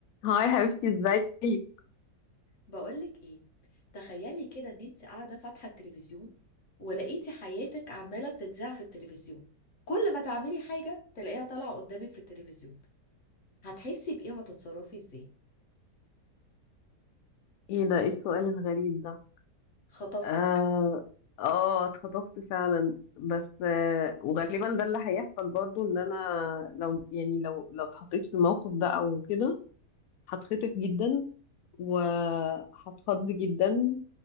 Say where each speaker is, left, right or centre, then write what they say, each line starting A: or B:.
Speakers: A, on the left; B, on the left.
A: هاي حبيبتي ازيك
B: بقولك ايه تخيلي كده ان انت قاعده فاتحه التلفزيون ولقيتي حياتك عماله بتتذاع في التلفزيون كل ما تعملي حاجه تلاقيها طالعه قدامك في التلفزيون هتحسي بايه وهتتصرفي ازاي
A: ايه ده ايه السؤال الغريب ده
B: خطفتك
A: اه اه اتخطفت فعلا بس آه وغالبا ده اللي هيحصل برضو ان انا لو يعني لو لو اتحطيت في الموقف ده او كده هتخطف جدا وهتخض جدا